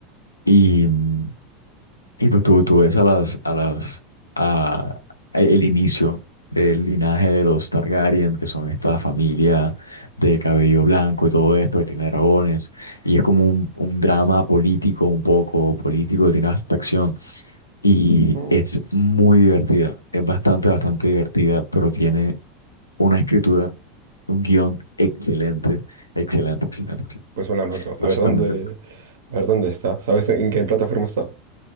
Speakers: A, on the left; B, on the right.
A: Y mm, Y pues tú, tú ves a las, a las, a, a el inicio del linaje de los Targaryen, que son esta familia de cabello blanco y todo esto, que tiene dragones, y es como un, un drama político, un poco político, que tiene hasta acción, y
B: Mm,
A: es muy divertida, es bastante, bastante divertida, pero tiene una escritura, un guión excelente, excelente, excelente, excelente.
B: Pues me la anoto.
A: Pero
B: A ver
A: sí,
B: dónde,
A: también te-
B: a ver dónde está. ¿Sabes en qué plataforma está?